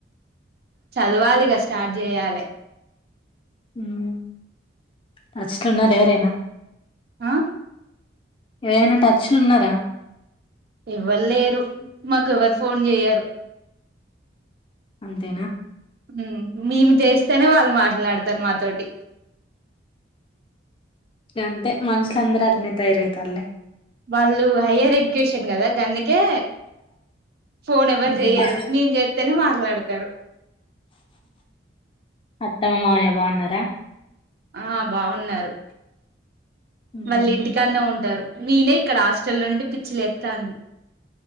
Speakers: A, on the right; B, on the left.
A: చదవాలి ఇగ స్టార్ట్ చేయాలి
B: హ్మ్ నచుతున్నార్ ఎవరైనా
A: ఆ
B: ఎవరైనా టచ్ లు ఉన్నారా
A: ఎవలేరు మాకు ఎవరు ఫోన్ చెయ్యరు
B: అంతేనా
A: హ్మ్ మేము చేస్తేనే వాళ్ళు మాట్లాడతారు మాతోటి
B: ఇగ అంతే మన్స్ ఇట్ల అందరు అట్లనే తయారు అవుతారు లే
A: వాళ్ళు హైయ్యర్ ఎడ్యుకేషన్ కదా గందుకే ఫోన్ ఎవరు
B: మ్మ్
A: చెయ్యరు
B: మ్మ్.
A: మేం చేతేనే మాట్లాడతారు
B: అత్తమ్మ మామయ్య బాగున్నారా
A: ఆ బాగున్నారు
B: మ్మ్
A: వాళ్ళు ఇంటికానే ఉంటారు మీనే ఇక్కడ హాస్టల్ నుండి పిచ్చిలేతాంది